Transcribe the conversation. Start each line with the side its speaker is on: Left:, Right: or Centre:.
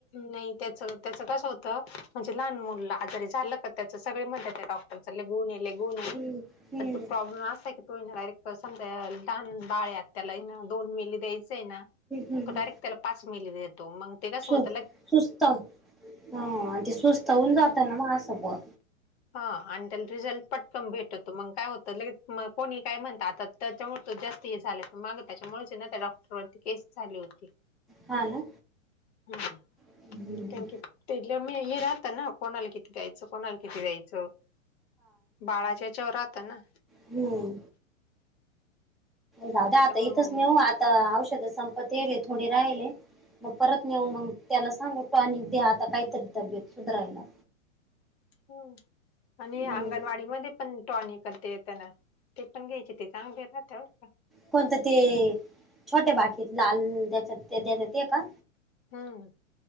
Left: नाही त्याच त्याच कसं होतं म्हणजे लहान मुल आजारी झालं क त्या सगळे मत आहे डॉक्टरून येलेगून
Centre: हम्म हम्म
Left: पण तोॉब्म असय कीो डायरेक् समजा लहान बाळत त्याला ना दोन मिली द्यायचंय ना
Centre: हम्म
Left: तो डायरेक्ट त्याला पाच महिली देतो मग ते कास होत
Centre: सुस्त हा ते सुस्त होऊन जात ना म असं ब
Left: हा आणि त्याला रिझल्ट पटकन भेटतो मग काय होतं लगेच कोणी काय म्हणत आता त्याच्यामुळे जास्त हे झालं पण मग त्याच्यामुळेच नाही त्या डॉक्टर वरती केस झाली होती
Centre: ह ना
Left: हम कारण
Centre: हम्म
Left: की ते ल मी हे राहता ना कोणाला किती दयचं कोणाल किती जायचं बाळाच्या याच्यावर राहत ना
Centre: हम् जाऊ द
Left: त्याच्यामुळे
Centre: आता इथंच
Left: मग
Centre: नेऊ आता औषध संपत ये रे थोडे राहिले मग परत नेऊ मग त्याला सांग तो अक द आता कायतरी तब्येत सुधारयला
Left: हम् आणि
Centre: हम्म
Left: अंगणवाडी मध्ये पण टॉनी करते येतना ते पण घ्यायचे ते चांगले राहत्यावर का
Centre: कोणतं ते छोटे बाकीत लाल द्यायच ते द्यायचात का
Left: हम्